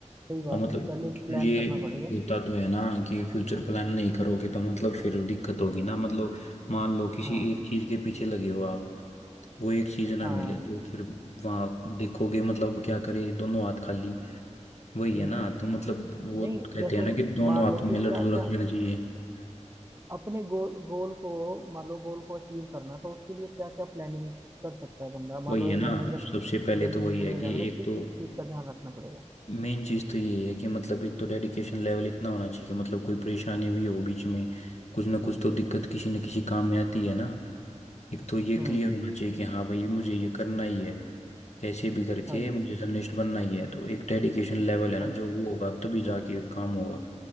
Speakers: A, on the right; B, on the left.
A: सही
B: हाँ
A: बात
B: मतलब
A: है कि पहले एक प्लान
B: ये
A: करना पड़ेगा
B: होता तो है ना कि फ्यूचर प्लान नहीं करोगे तो मतलब फिर दिक्कत होगी ना मतलब मान लो किसी
A: हाँ
B: एक चीज के पीछे लगे हो आप वो एक चीज ना
A: हाँ
B: मिले तो फिर वहाँ देखोगे मतलब क्या करे दोनों हाथ खाली वही
A: हम्म,
B: है ना तो मतलब वो
A: नहीं
B: कहते
A: जैसे
B: हैं ना कि दोनों
A: मान
B: हाथों
A: लो कि
B: में लड्डू
A: क्या
B: रख
A: क्या
B: लेना चाहिए
A: अपने गोल गोल को मान लो गोल को अचीव करना तो उसके लिए क्या क्या प्लानिंग कर सकता है बंदा
B: वही
A: मान लो
B: है ना
A: मैंने अगर
B: सबसे पहले
A: जर्नलिज्म
B: तो वही है
A: में
B: कि
A: जाना तो
B: एक
A: किस
B: तो
A: किस चीज का ध्यान रखना पड़ेगा
B: मेन चीज़ तो यही है कि मतलब एक तो डेडिकेशन लेवल इतना होना चाहिए कि मतलब कोई परेशानी भी हो बीच में कुछ ना कुछ तो दिक्कत किसी न किसी काम में आती है ना एक तो ये
A: हम्म
B: क्लियर होना चाहिए कि हाँ भाई मुझे ये करना ही है कैसे भी करके
A: हाँ जी
B: मुझे
A: हाँ जी
B: जर्नलिस्ट बनना ही है तो एक डेडिकेशन लेवल है ना
A: हाँ
B: जो
A: जी
B: वो होगा तभी जाके काम होगा